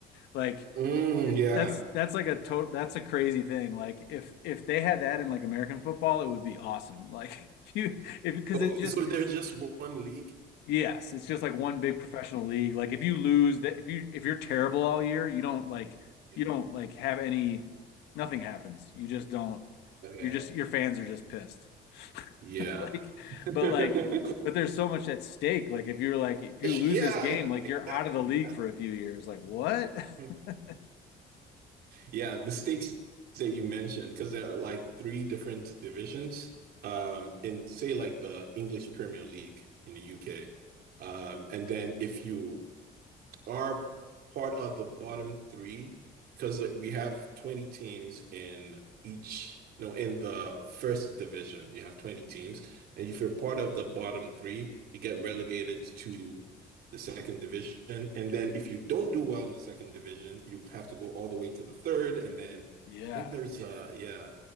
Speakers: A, on the left; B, on the right.
A: Like
B: Mm, yeah.
A: that's that's like a total that's a crazy thing. Like if if they had that in like American football, it would be awesome. Like <laughs> if you if because
B: Oh,
A: it just
B: so there's just one league?
A: Yes, it's just like one big professional
B: Then how many
A: league.
B: teams?
A: Like if you lose that if you if you're terrible all year, you don't like
B: Yeah.
A: you don't like have any nothing happens. You just don't
B: Okay.
A: you're just your fans are just pissed. <laughs>
B: Yeah.
A: Like
B: <laughs>
A: but like but there's so much at stake. Like if you're like if you lose
B: Yeah,
A: this game,
B: e-
A: like
B: exactly.
A: you're out of the league for a few years.
B: <laughs>
A: Like what? <laughs>
B: Yeah, the stakes that you mentioned, because there are like three different divisions, um, in say like the English Premier League in the UK. Um, and then if you are part of the bottom three because we have 20 teams in each, no, in the first division, you have 20 teams. And if you're part of the bottom three, you get relegated to the second division. And then if you don't do well in the second division, you have to go all the way to the third. And then
A: Yeah.
B: I think there's, Yeah. uh, yeah.